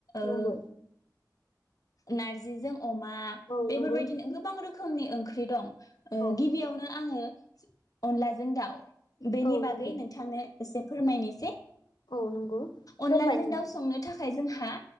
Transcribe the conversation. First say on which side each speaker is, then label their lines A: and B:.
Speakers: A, on the left; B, on the left.
A: नंगौ
B: ओ नारजिजों अमा
A: औ
B: बेफोरबायदिनो
A: नंगौ नोंथां
B: गोबां रोखोमनि अ ओंख्रि दं ओ
A: औ नंगौ
B: गिबियावनो आङो अनलाजों दाउ बेनि
A: औ
B: बागै
A: नंगौ
B: नोंथांनो एसे फोरमायनोसै
A: औ नंगौ फोरमाय
B: अनलाजों
A: नोंथां
B: दाउ संनो थाखाय जोंहा हा